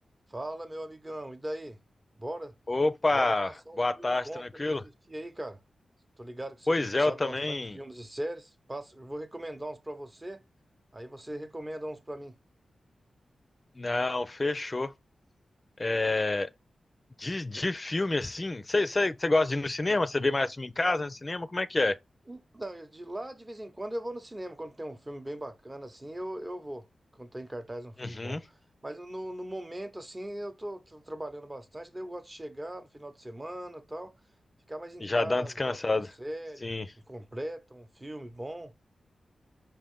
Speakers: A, on the right; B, on the left.
A: Fala, meu amigão, e daí? Bora,
B: Opa,
A: bora passar uns
B: boa
A: filmes
B: tarde,
A: bons
B: tranquilo?
A: pra mim assistir aí, cara. Tô ligado que você
B: Pois é,
A: sabe
B: eu também.
A: bastante filmes e séries. Passa, eu vou recomendar uns pra você, aí você recomenda uns pra mim.
B: Não, fechou. É, de, de filme assim, você gosta de ir no cinema? Você vê mais filme em casa, no cinema? Como é que é?
A: Então, eu- de lá de vez em quando eu vou no cinema, quando tem um filme bem bacana assim, eu, eu vou. Quando tem em cartaz um filme
B: Uhum,
A: bom. Mas no, no momento assim, eu tô, tô trabalhando bastante, daí eu gosto de chegar no final de semana, e tal, ficar mais em
B: já
A: casa,
B: dá uma descansada.
A: tal, ver uma série,
B: Sim,
A: incompleta um filme bom.